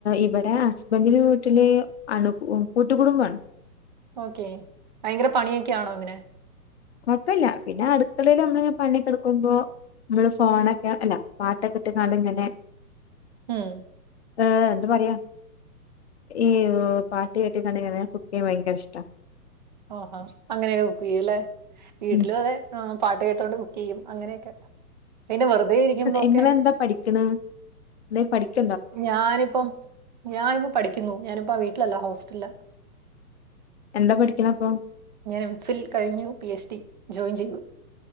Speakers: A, on the left; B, on the right.
A: ഇവിടെ അസ്ബൻഡന്റെ വീട്ടില് അണു കൂട്ടുകടുംബമാണ്
B: ഓക്കെ ഭയങ്കര പണിയൊക്കൊണോ അങ്ങനെ
A: കുഴപ്പില്ല പിന്നെ അടുക്കളയില് നമ്മള് ഇങ്ങനെ പണിയൊക്കെ എടുക്കുമ്പോ നമ്മള് ഫോണൊക്കെ അല്ല പാത്തൊക്കെ ഇട്ടങ്ങളിങ്ങനെ
B: ഉം.
A: ആഏ എന്താ പറയാ ഈ പാട്ടി കട്ടിിക്കണ്ട കുക്ക ഭയങ്കര ഇഷ്ടം
B: ഓഹാ അങ്ങനെയൊക്കെ ബുക്ക് ചെയ്യല്ലേ വീട്ടിലും
A: ഉം
B: അതെ പാട്ട് കേട്ടോണ്ട് ചെയ്യും അങ്ങനെയൊക്കെ. പിന്നെ വെറുതെ ഇരിക്കുമ്പോ ഒക്കെ
A: ഇങ്ങള് ന്താ പഠിക്കണേ എന്തേ പഠിക്ക
B: ഞാനിപ്പം ഞാനിപ്പ പഠിക്കുന്നു. ഞാനിപ്പ വീട്ടിലല്ല ഹോസ്റ്റല്ലാ.
A: എന്താ പഠിക്കണ അപ്പൊ
B: എം ഫില് കഴിഞ്ഞു പി എച്ച് ഡി ജോയിൻ ചെയ്തു.